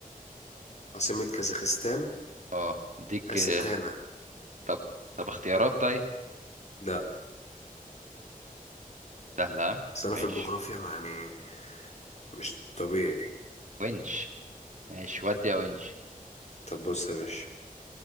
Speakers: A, on the left (about 50°); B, on the right (about 55°).
A: عاصمة كازاخستان
B: اه اديك
A: أستانا
B: آه، طب طب اختيارات طيب
A: لا
B: سهلة ها؟
A: بس انا
B: ماشي
A: في الجغرافيا ما يعني مش طبيعي
B: ونش ماشي ودي يا ونش
A: طب بص يا باشا